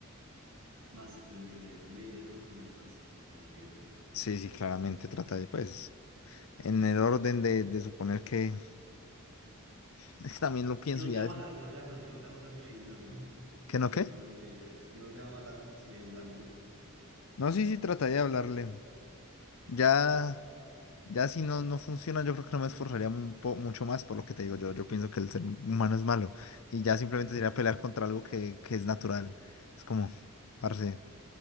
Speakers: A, on the right (about 65°); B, on the left (about 70°).
A: más de lo que de él, tú le dirías algo como de parce, o no le dirías nada.
B: Sí, sí, claramente trata de, pues, en el orden de, de suponer que, <laughs> es que también lo pienso
A: Que no te
B: ya,
A: va a matar, que no te va, a ma- que no te va a matar si le dices algo, <laughs>
B: ¿que
A: en
B: no qué?
A: ese orden de ideas. Que no te va a matar si le dices algo.
B: No, sí, sí, trata de hablarle. Ya. Ya si no, no funciona, yo creo que no me esforzaría un po- mucho más por lo que te digo. Yo, yo pienso que el ser humano es malo y ya simplemente
A: Está bien,
B: sería
A: está
B: pelear
A: bien.
B: contra algo que, que es natural. Es como, parce,